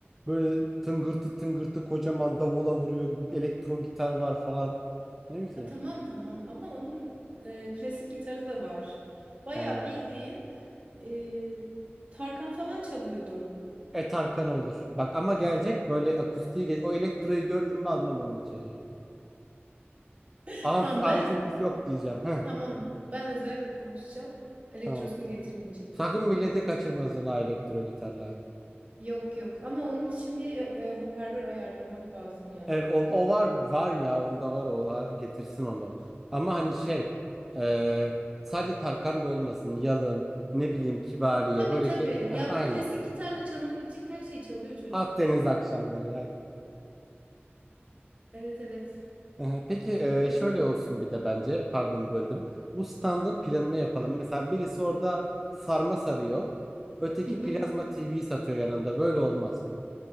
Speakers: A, in the centre; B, on the right.
A: Böyle tıngırtı tıngırtı kocaman davula vuruyor. Elektro gitar var falan. Ne bileyim.
B: Ha, tamam tamam ama onun e, klasik gitarı da var. Bayağı
A: He.
B: bildiğin e, Tarkan falan çalıyordu.
A: Et Arkan olur. Bak ama gelecek böyle akustiği. ge- O elektroyu gördüm mü almam onu içeriye.
B: <laughs>
A: Amf
B: Tamam
A: amfimiz
B: ben
A: yok diyeceğim. Heh,
B: Tamam, ben özellikle konuşacağım. Elektrosunu
A: tamam.
B: getirmeyecek.
A: Sakın milleti kaçırmasın ha elektro gitarla.
B: Yok yok ama onun için bir e, hoparlör ayarlamak lazım yani
A: Ev,
B: mutlaka.
A: o, o var var ya onda var o ha, getirsin onu. Ama hani şey e, sadece Tarkan da olmasın Yalın ne bileyim Kibariye
B: Tabii
A: böyle
B: tabii.
A: ge- <laughs>
B: Ya
A: aynen
B: bu klasik gitarla çalınabilecek her şeyi çalıyor çocuk.
A: Akdeniz akşamları aynen.
B: Evet evet.
A: Aha, Peki e,
B: Bir...
A: şöyle olsun bir de bence pardon böldüm. Bu standın planını yapalım. Mesela birisi orada sarma sarıyor. Öteki
B: Hı hı.
A: plazma TV satıyor yanında. Böyle olmaz.